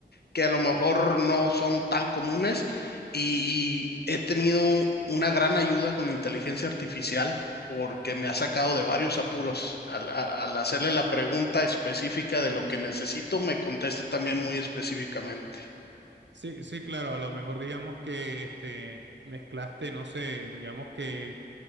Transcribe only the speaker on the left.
que a lo mejor no son tan comunes y, y he tenido una gran ayuda con la inteligencia artificial porque me ha sacado de varios apuros. Al, a- al hacerle la pregunta específica de lo que necesito, me contesta también muy específicamente.